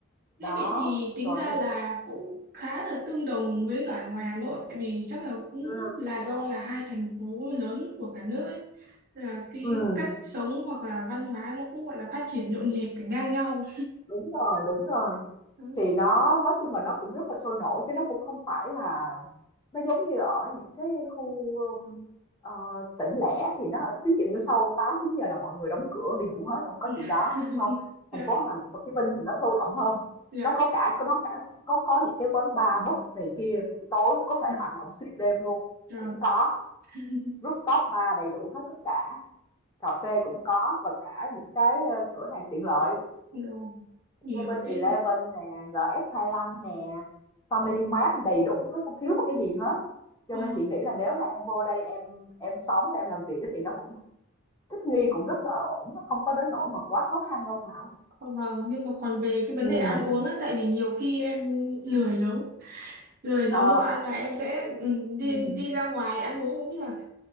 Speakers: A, on the left (about 20°); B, on the right (about 45°).
A: Đó,
B: Thế vậy thì tính
A: rồi
B: ra
A: nó
B: là cũng khá là tương đồng với cả ngoài Hà Nội tại vì chắc là cũng
A: Ừ,
B: là do là hai thành phố lớn của cả nước ấy. Là cái
A: ừm,
B: cách sống hoặc là văn hóa nó cũng gọi là phát triển nhộn nhịp phải ngang nhau.
A: đúng rồi, đúng rồi.
B: Ừ.
A: Thì nó nói chung là nó cũng rất là sôi nổi chứ nó cũng không phải là nó giống như ở những cái khu ừm, ờ, tỉnh lẻ thì nó ví dụ như sau 8 9 giờ là mọi người đóng cửa đi ngủ hết, không có
B: <laughs>
A: chuyện đó, đúng không?
B: Dạ,
A: Thành phố Hà Hồ Chí Minh thì nó sôi động hơn.
B: dạ,
A: Nó có cả có nó cả có có những cái quán bar pub này kia buổi tối có thể
B: ừ,
A: hoạt động xuyên đêm luôn,
B: rồi.
A: cũng có.
B: <laughs>
A: Rooftop bar đầy đủ hết tất cả, cà phê cũng có và cả những cái ờ, cửa hàng tiện lợi
B: Rồi, nhiều
A: 7-Eleven
B: thế thì.
A: nè, RS25 nè, Family
B: Ồ,
A: Mart đầy đủ hết, không thiếu một cái gì hết. Cho
B: ờ,
A: nên chị nghĩ là nếu mà em vô đây em em sống và em làm việc thì nó cũng thích nghi cũng rất là ổn, nó không có đến nỗi mà quá khó khăn đâu Thảo.
B: ờ, vâng, nhưng mà còn về cái vấn
A: Ừ.
B: đề ăn uống ấy, tại vì nhiều khi em lười nấu Rồi nấu
A: Ờ.
B: đồ ăn là em sẽ ừ, đi
A: Ừ.
B: đi ra ngoài ăn uống không biết là